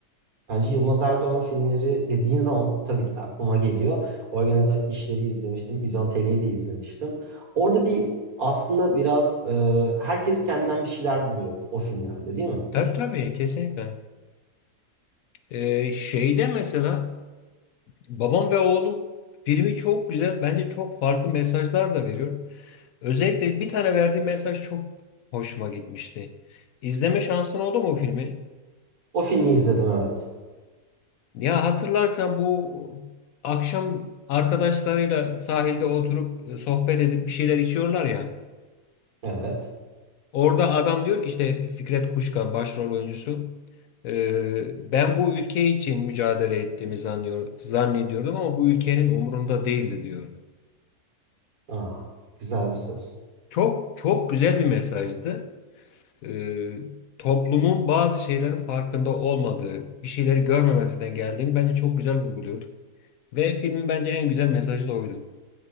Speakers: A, on the right (about 65°); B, on the left (about 70°).
A: Bence Yılmaz Erdoğan filmleri dediğin zaman tabii ki de aklıma geliyor. Organize işleri izlemiştim. İzontele'yi de izlemiştim. Orada bir aslında biraz e, herkes kendinden bir şeyler buluyor o filmlerde değil mi?
B: Tabii tabii kesinlikle. Ee, şeyde mesela Babam ve Oğlum filmi çok güzel. Bence çok farklı mesajlar da veriyor. Özellikle bir tane verdiği mesaj çok hoşuma gitmişti. İzleme şansın oldu mu o filmi?
A: O filmi izledim evet.
B: Ya hatırlarsan bu akşam arkadaşlarıyla sahilde oturup e, sohbet edip bir şeyler içiyorlar ya.
A: Evet.
B: Orada adam diyor ki işte Fikret Kuşkan başrol oyuncusu. "Ee, ben bu ülke için mücadele ettiğimi zannıyor, zannediyordum ama bu ülkenin umurunda değildi diyordu.
A: Aa, güzel bir söz.
B: Çok çok güzel bir mesajdı. Ee, toplumun bazı şeylerin farkında olmadığı, bir şeyleri görmemezlikten geldiğini bence çok güzel vurguluyordu. Ve filmin bence en güzel mesajı da oydu.